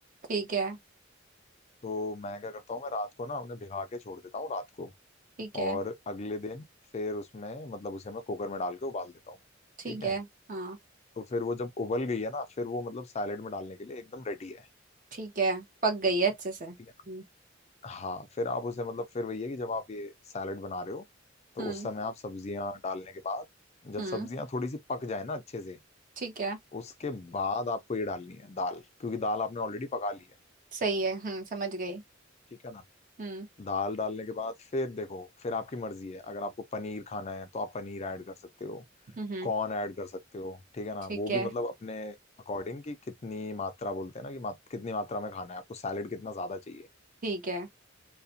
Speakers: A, on the right (about 45°); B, on the left (about 35°).
A: ठीक है
B: तो मैं क्या करता हूँ मैं रात को ना उन्हें भिगा के छोड़ देता हूँ रात को
A: ठीक है
B: और अगले दिन फिर उसमें मतलब उसे मैं कुकर में डाल के उबाल देता हूँ
A: ठीक
B: ठीक
A: है
B: है
A: हाँ
B: तो फिर वो जब उबल गई है ना फिर वो मतलब सैलेड में डालने के लिए एकदम रेडी है
A: ठीक है पक गई है अच्छे से हम्म
B: ठीक है ना हाँ फिर आप उसे मतलब फिर वही है कि जब आप ये सैलेड बना रहे हो तो
A: हम्म
B: उस समय आप सब्जियां डालने के बाद जब
A: हम्म,
B: सब्जियां थोड़ी सी पक जाए ना अच्छे से
A: ठीक है
B: उसके बाद आपको ये डालनी है दाल क्योंकि दाल आपने ऑलरेडी पका ली है
A: सही है हम्म समझ गई
B: ठीक है ना
A: हम्म
B: दाल डालने के बाद फिर देखो फिर आपकी मर्जी है अगर आपको पनीर खाना है तो आप पनीर ऐड कर सकते हो
A: हम्म हम्म।
B: कौन ऐड कर सकते हो ठीक है ना
A: ठीक
B: वो
A: है
B: भी मतलब अपने अकॉर्डिंग कि कितनी मात्रा बोलते हैं ना कि मात, कितनी मात्रा में खाना है आपको सैलेड कितना ज्यादा चाहिए
A: ठीक है